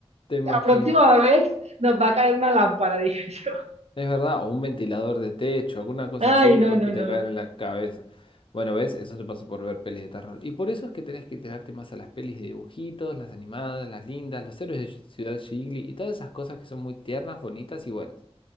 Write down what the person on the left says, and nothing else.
te imaginas.
Es verdad, o un ventilador de techo, alguna cosa
así, de
golpe
te
caen en la cabeza. Bueno, ¿ves? Eso te pasa por ver pelis de terror. Y por eso es que tenés que tirarte más a las pelis de dibujitos, las animadas, las lindas, los héroes de Ciudad Ghibli y todas esas cosas que son muy tiernas, bonitas y buenas.